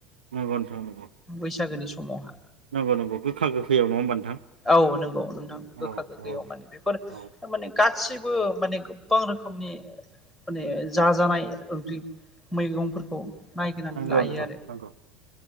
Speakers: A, on the right; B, in the centre.
A: नंगौ नोंथां नंगौ
B: बैसागोनि समावहा
A: नंगौ नंगौ गोखा गोखैयाव नङा होमबा नोंथां
B: औ नंगौ नोंथां
A: औ
B: गोखा गोखैयाव
A: औ
B: माने बेफोरमाने
A: औ
B: गासिब। माने गोबां रोखनि माने। जा जानाय ओंख्रृफ मैगंफोरखौ। नायगिरनानै
A: आंगौ
B: लायो
A: नोंथां
B: आरो
A: नांगौ।